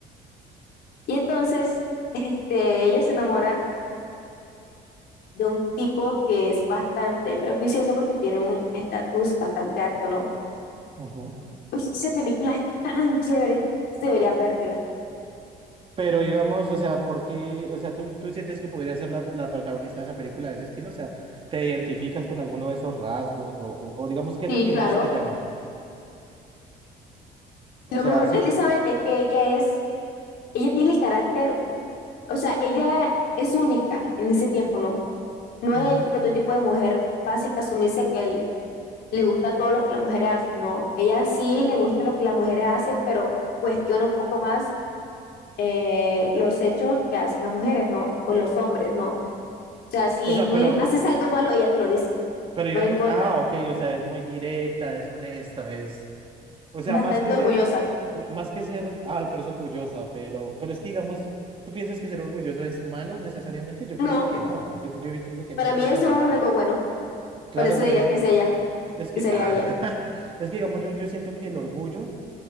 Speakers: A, on the left (about 70°); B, on the right (about 30°).
A: Y entonces, <laughs> este, ella se enamora de un tipo que es bastante prejuicioso porque tiene un estatus bastante alto, ¿no?
B: Ujú.
A: Oye, <laughs> esa película es tan chévere, deberías vértela.
B: Pero digamos, o sea, ¿por qué? O sea, ¿tú, tú sientes que podría ser la, la protagonista de esa película de ese estilo? O sea, ¿te identificas con alguno de esos rasgos? O, o, o digamos, ¿qué
A: Sí,
B: es lo que
A: claro.
B: más te llama? O
A: Lo
B: sea,
A: mejor
B: sí.
A: de Elizabeth es que ella es, ella tiene el carácter, o sea, ella es única en ese tiempo, ¿no? No
B: ujú.
A: es el prototipo de mujer básica sumisa que el- le gusta todo lo que las mujeres hacen, no. Ella sí le gusta lo que las mujeres hacen, pero cuestiona un poco más eh, los hechos que hacen las mujeres, ¿no? O los hombres, ¿no? O sea, si
B: O sea,
A: tú
B: pero,
A: i- haces algo malo, ella te lo dice,
B: pero digamos,
A: no le importa.
B: ah, ok, o sea, es muy directa, es honesta, es. O sea,
A: Bastante
B: más que ser,
A: orgullosa.
B: más que ser, ah, pero es orgullosa, pero, pero es que digamos, ¿tú piensas que ser orgulloso es malo necesariamente? Yo
A: No,
B: pienso que no. Yo, yo pienso que
A: para
B: no, porque,
A: mí eso es un rasgo bueno,
B: claro,
A: por eso
B: para
A: diré
B: mí es
A: que
B: un.
A: es ella,
B: Es que,
A: que sería
B: ah,
A: ella.
B: <laughs> es que digamos, yo, yo siento que el orgullo